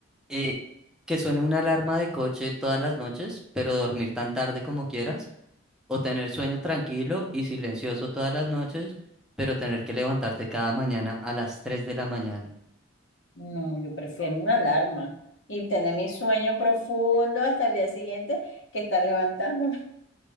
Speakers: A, in the centre; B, on the left.
A: Eh, que suene una alarma de coche todas las noches, pero dormir tan tarde como quieras. O tener sueño tranquilo y silencioso todas las noches, pero tener que levantarte cada mañana a las 3 de la mañana.
B: No, yo prefiero una alarma y tener mi sueño profundo hasta el día siguiente que estar levantándome.